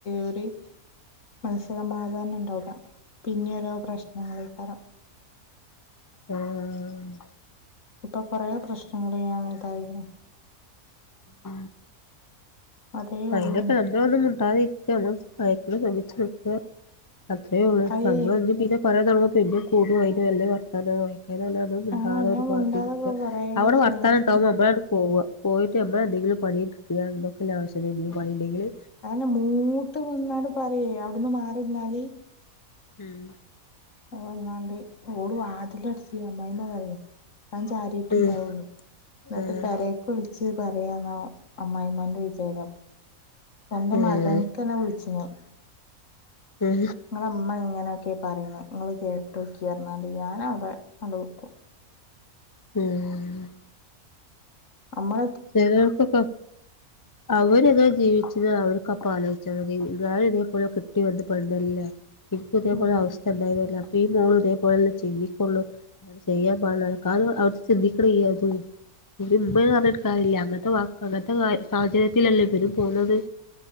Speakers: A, on the left; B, on the left.
A: ഒരു. മനസമാധാനം ഉണ്ടാവില്ല പിന്നെ ഓരോ പ്രശ്നങ്ങളേക്കാലും.
B: ആഹ്
A: ഇപ്പൊ കൊറെ പ്രശ്നങ്ങള് ഞാൻ ഇതായിരുന്നു.
B: ഉം
A: അതേ
B: വേണമെങ്കിൽ
A: ഉള്ളൂ എനിക്ക്
B: <unintelligible> ഒന്ന് മിണ്ടാതെ. ഒക്കെ നമ്മള് സൈക്കിൾ വേണ്ടിയിട്ട് ഒക്കെ, അത്രേ ഉള്ളൂ
A: അയേ
B: നമ്മള് എന്നും പിന്നെ. പറയാൻ തുടങ്ങിയാൽ പിന്നെ കൂടും അയിന്റെ വെല്ല്യ വർത്തനം വായിക്കാനാണോ? ഇത് മിണ്ടാതെ
A: ആഹ് ഞാൻ
B: അവരെ
A: മുണ്ടാതൊക്കെ
B: പാത്തുയിരിക്ക,
A: കൊറേ
B: അവിടെ
A: ക്ഷമിച്ചിന്
B: വർത്താനം ഉണ്ടാവുന്ന മുമ്പ് അങ്ങട് പോവുക. പോയിട്ട് ഉമ്മ എന്തെങ്കിലും പണിയെടുക്കുക എന്നൊക്കെുള്ള ആവശ്യം ഉണ്ടെങ്കിൽ ഇനിയും പണിയുണ്ടെങ്കില്.
A: അയിന് മൂത്ത് വന്നാല് പറയുവോ അവിടുന്ന് മാറി നിന്നാല്.
B: ഉം
A: അന്നെങ്ങാണ്ട് ഓള് വാതില് അടിക്കുക അമ്മായിയമ്മ പറയാ. മഴ ചാറിയിട്ടുണ്ടാവും,
B: ഉം
A: എന്നിട്ട്
B: ആഹ്
A: പെരേ വിളിച്ച് പറയാനോ അമ്മായിമ്മാന്റെ വിചാരം തന്റെ
B: ആഹ്
A: മകൻ. ഇക്ക എന്നെ വിളിച്ചു ഇന്ന്.
B: ഉം
A: ഞങ്ങടെ ഉമ്മ ഇങ്ങനെയൊക്കെ പറയണേ, നിങ്ങള് കേട്ട് നോക്കി എന്നാല് ഞാൻ അവിടെ അങ്ങ് വെക്കും.
B: ഉം
A: അമ്മ
B: ചെലർയൊക്കെ അവര് ഇത് ജീവിച്ചത് അവർക്കാപ്പം ആലോചിച്ചാൽ മതി, ഞാൻ ഇതേപോലെ ഒക്കെ കെട്ടിവന്നപ്പോൾ എന്തെല്ലാം. ഇപ്പൊ ഇതേപോലെ
A: ഉം
B: അവസ്ഥ ഉണ്ടാവൂല അപ്പൊ ഈ മോള് ഇതേപോലെ ചെയ്ക്കുള്ളൂ. അങ്ങനെ ചെയ്യാൻ പാടില്ല, കാരണം അവര് ചിന്തിക്കുന്നില്ല ഇപ്പൊ എന്നട്ട് ഉമ്മ അങ്ങോട്. ഉണ്ടാവില്ല, അങ്ങനത്തെ വാക്ക് അങ്ങനത്തെ സാ സാഹചര്യത്തിലല്ലേ ഇവര് പോന്നത്.